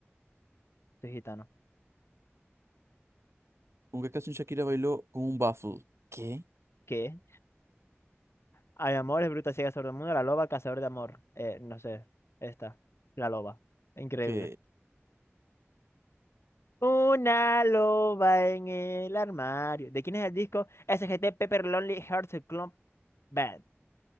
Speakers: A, on the left; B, on the right.
A: Soy gitano.
B: ¿Con qué canción Shakira bailó con un baffle? ¿Qué?
A: ¿Qué? Hay amores, bruta, ciega, sordomuda, la loba, cazador de amor. Eh, no sé, esta. La loba. Increíble.
B: ¿Qué?
A: Una loba en el armario. ¿De quién es el disco? SGT Pepper Lonely Hearts Club Band.